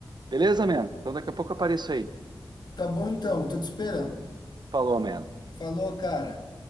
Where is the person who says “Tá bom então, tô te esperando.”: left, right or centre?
Left